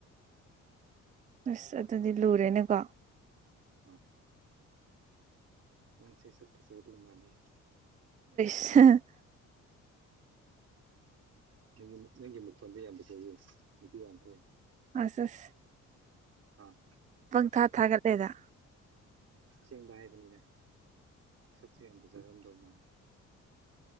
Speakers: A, on the right; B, on the right.
A: ꯑꯁ ꯑꯗꯨꯗꯤ ꯂꯨꯔꯦꯅꯦꯀꯣ
B: ꯍꯝ ꯅꯪꯁꯦ ꯁꯠꯄꯁꯨ ꯑꯗꯨ ꯃꯥꯜꯂꯤꯦ
A: ꯁ <unintelligible> <inaudible>
B: ꯅꯒꯤ ꯅꯪꯒꯤ ꯃꯈꯣꯟꯗ ꯌꯥꯝ ꯄꯨꯊꯣꯛꯑ ꯅꯨꯡꯇꯤ ꯌꯥꯝ ꯊꯣꯛꯑꯦ
A: ꯑꯁꯁ <unintelligible> <inaudible>
B: ꯑ <unintelligible> <inaudible>
A: ꯄꯪ ꯊꯥ ꯊꯥꯒꯠꯂꯦꯗ
B: ꯆꯦꯡꯕ ꯍꯥꯏꯕꯅꯤꯅ ꯁꯛꯁꯦꯡ ꯌꯥꯝ ꯐꯖꯔꯝꯗꯧ ꯃꯪꯉ